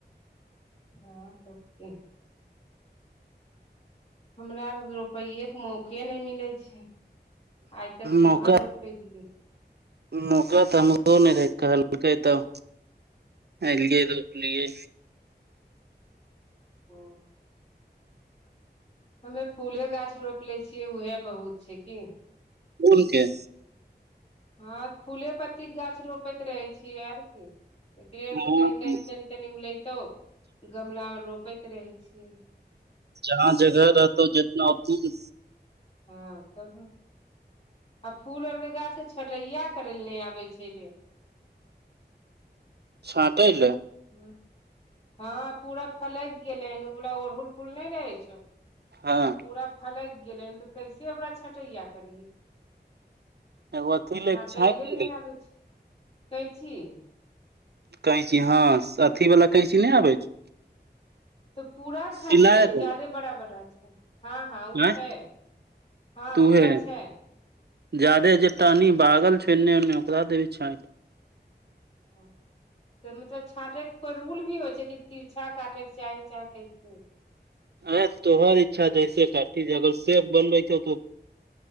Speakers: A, on the left; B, on the right.
A: हँ तऽब की हमरा आरके रोपैयेके मौके नै मिलै छै आइ तऽ कहां
B: मौका
A: रोपेलियै
B: मौका तऽ हमरो नहि रहै कहलकै तऽ ऐलियै रोपलियै
A: ओ हमे फूले गाछ रोपि लै छियै उहे बहुत छै की
B: फुल के
A: हँ फूले पत्तीके गाछ रोपैत रहै छियै आर की एकरे आरसँ
B: हँ
A: कहीं कहीं तनी तनी उलैतो गमला मे रोपैत रहै छियै
B: जहाँ जगह रहतौ जितना उतना
A: हँ तब आ फूल आर के गाछ छटैयां करेय लेल नै आबय छै रे
B: छांटैंले
A: हं हँ पूरा फलैक गेलै हन उ बला ओड़हुल फूल नै रहै छौ
B: हँ
A: ओ पूरा फलैक गेलै हन तऽ कैसे ओकरा छटैंया करियै
B: एगो अथी
A: छाँटैएल
B: ले छाँटि ले
A: नय आबै छै छी
B: कैंची हँ स अथीवला कैंची नैआबय छौ
A: तऽ पूरा छैंटि
B: सिलाइ
A: दियए
B: वाला
A: ज्यादे बराबर रहय छै हँ हँ उ
B: आँय
A: छै हँ
B: तूहे
A: ऊ बला छै
B: जादे जे टहनी बागल छै एन्ने ओन्ने ओकरा देबहीं छाँटि
A: ह तऽ मतलब छाँटे के कोइ रूल भी होय छै की तीरछा काटेके चाही चाहे कैसे
B: अंय तोहर इच्छा जैसे काटी ज अगर सेफ बनबै क हौ